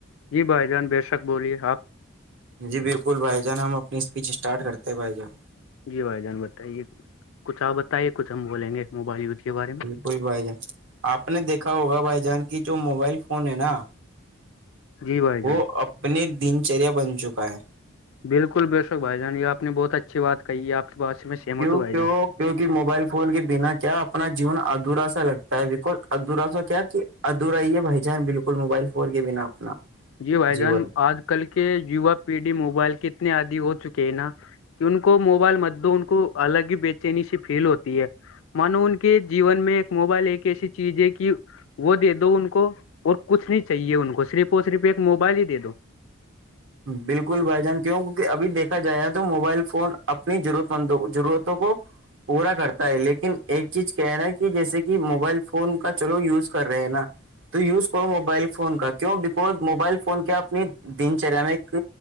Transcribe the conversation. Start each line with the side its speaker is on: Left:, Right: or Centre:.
Left: جی بھائی جان بے شک بولیے آپ
Right: جی بالکل بھائی جان ہم اپنی اسپیچ اسٹارٹ کرتے ہیں بھائی جان
Left: جی بھائی جان بتائیے کچھ آپ بتائیے کچھ ہم بولیں گے موبائل یوز کے بارے میں
Right: کوئی بھائی جان آپ نے دیکھا ہوگا بھائی جان کی جو موبائل فون ہے نا
Left: جی بھائی
Right: وہ
Left: جان
Right: اپنے دنچریا بن چکا ہے
Left: بالکل بے شک بھائی جان یہ آپ نے بہت اچھی بات کہ ہے آپ ب میں سہمت
Right: کی
Left: ہوں بھائی
Right: کیو
Left: جان
Right: کی کہ موبائل فون کے بنا کیا اپنا جیون ادھا سا لگتا ہے بیکز ادھورا سا کیا کہ ادور آئی ہے بھائی جان بالکل موبائل فون کے بنا اپنا
Left: جی بھائی جان
Right: جیون
Left: آج کل کے یوا پیڑھی موبائل کے اتنے عدی ہو چکے ہیں نا کہ ان کو موبائل مت دو ان کو الگ ہی بےچینی سی فیل ہوتی ہے مانو ان کے جیون میں ایک موبائل ایک ایسی چیز ہے کہ وہ دے دو ان کو اور کچھ نہیں چاہیے ان کو صرف اور صرف ایک موبائل ہی دے دو
Right: بالکل بھائی جان کیوں کی ابھی دیکھا جائے گا تو موبائل فون اپنی ضرورتندوں ضرورتوں کو پورا کرتا ہے لیکن ایک چیز کہ رہا ہے کہ جیسے کہ موبائل فون کا چلو یوز کر رہے ہیں نا تو یوز کرو موبائل فون کا کیوں بیکز موبائل فون کیا اپنی دن چریا میں ایک